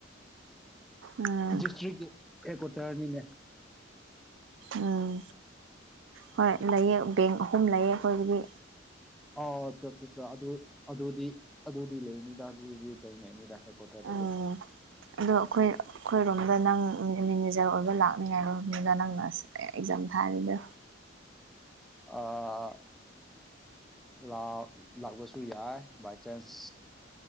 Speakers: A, on the right (about 75°); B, in the centre.
A: ꯎꯝ
B: ꯗꯤꯁꯇ꯭ꯔꯤꯛ ꯀꯤ ꯍꯦꯗꯀ꯭ꯋꯥꯇꯥꯔꯅꯤꯅꯦ꯫
A: ꯎꯝ ꯍꯣꯏ ꯂꯩꯑꯦ ꯕꯦꯡ ꯑꯍꯨꯝ ꯂꯩꯌꯦ ꯑꯩꯈꯣꯏꯒꯤꯗꯤ꯫
B: ꯑꯣ <unintelligible> ꯑꯗꯨ ꯑꯗꯨꯗꯤ ꯑꯗꯨꯗꯤ ꯂꯩꯅꯤꯗ ꯑꯗꯨꯗꯤ ꯊꯦꯡꯅꯅꯤꯗ ꯍꯦꯗ ꯀ꯭ꯋꯥꯇꯔꯗꯗꯤ꯫
A: ꯎꯝ ꯑꯗꯣ ꯑꯩꯈꯣꯏ ꯑꯩꯈꯣꯏꯔꯣꯝꯗ ꯅꯪ ꯃꯦꯅꯦꯖꯔ ꯑꯣꯏꯕ ꯂꯥꯛꯅꯤꯉꯥꯏ ꯔꯣꯝꯅꯤꯗ ꯅꯪꯅ ꯑꯁ ꯑꯦꯛꯖꯥꯝ ꯊꯥꯔꯤꯗ
B: ꯑꯥ ꯂꯥꯛ ꯂꯥꯛꯄꯁꯨ ꯌꯥꯏ ꯕꯥꯏ ꯆꯥꯟꯁ